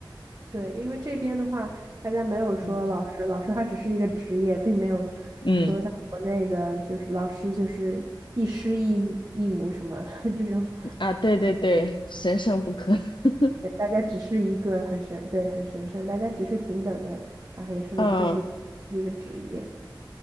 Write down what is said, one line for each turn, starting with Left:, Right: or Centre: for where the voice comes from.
Right: 对，因为这边的话，大家没有说老师，
Left: 嗯，
Right: 老师他只是一个职业，并没有说像国内的，
Left: 嗯，
Right: 就是老师就是一师一一母什么 <laughs> 这种。
Left: 啊，对对对，神圣不可。<laughs>
Right: 对，大家只是一个很神，对，很神圣，大家只是平等的，然后也是就是是一个职业。
Left: 嗯，